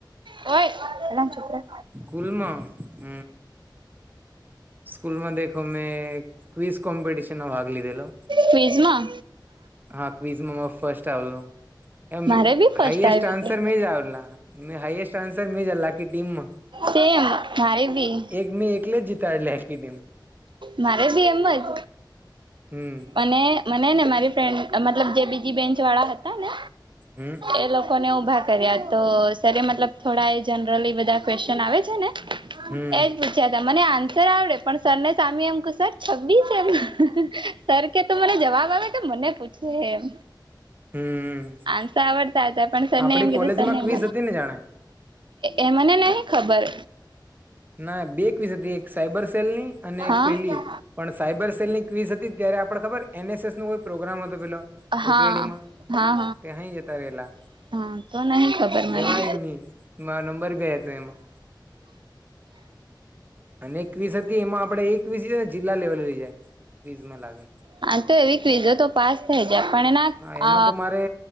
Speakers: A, on the right (about 80°); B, on the right (about 25°).
A: હોય એલા છૂકરા
B: કલમ હ સ્કૂલમાં દેખો મેં ક્વીઝ કોમ્પિટશનમાં ભાગ લીધેલો
A: ફિઝમા
B: હા ક્વિઝમાં ફસ્ટ આવેલો એ
A: મારે બી ફર્સ્ટ
B: હાાઈએસ્ટ
A: આવ્યો
B: આન્સર
A: હતો
B: મે જ હાએસ્ટ આન્સર મે જાલલા ટીમ માં
A: સેમ મારે બી
B: એક મે એકલે જ જીતા એટલેી ટીમ
A: મારે ભી એમ જ
B: હમ
A: અને મને ને મારી ફ્રેન્ડ મતલબ જે બીજી બેન્ચ વાળા હતા ને
B: હમ
A: એ લોકોને ઉઊભા કર્યા તો સર મતલબ થોડા એ જનરલી બધા ક્વેશ્ચન આવે છે ને
B: હમ
A: એજ અચછા મને આન્સર આવડે પણ સરને સામેી એમ ક સર છ્ીસ એમ સર કે તો મને જવાબ આવે કે મને પૂછે એમ
B: હમ
A: આસ આવડતા હતા પણ સર
B: આપડી
A: નેમ
B: કોલેજમાં
A: ગેધ સરનેમ
B: ક્વીઝ હતી ને જાણે
A: એ મને નહ ખબર
B: ના બે એક વિસ એક સાયબર સેલ ની અને
A: હા
B: એક પેલી પણ સાયબર સેલની ક્વીઝ હતી ત્યારે આપડ ખબર એનએસએસ નો કોઈ પ્રોગ્રામ હતો પેલો
A: હા
B: ઉકેડીમાં
A: હા હા
B: ત્યાંય જતા રહેેલા
A: હા તો નહી ખબર
B: જવાય
A: મને
B: નહી મા નંબર ભ હતો એમાં અને ક્વીસ હતી એમાં આપડે એકવીસ ને જિલ્લા લેવલે લઈ જાય ક્વીઝમાં લાગે
A: હા તો એવી ક્ઝો તો પાસ થઈ જાય પણ એના
B: હા એમાં તો મારે